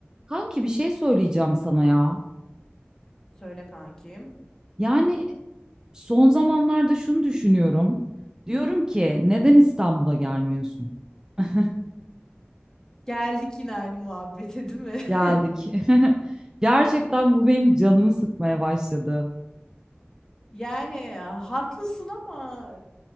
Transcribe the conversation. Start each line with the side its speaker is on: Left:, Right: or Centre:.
Right: Kanki bir şey söyleyeceğim sana ya.
Left: Söyle kankim.
Right: Yani son zamanlarda şunu düşünüyorum. Diyorum ki neden İstanbul'a gelmiyorsun? <laughs>
Left: Geldik yine aynı muhabbete değil mi?
Right: Geldik.
Left: <laughs>
Right: <laughs> Gerçekten bu benim canımı sıkmaya başladı.
Left: Yani ya, haklısın ama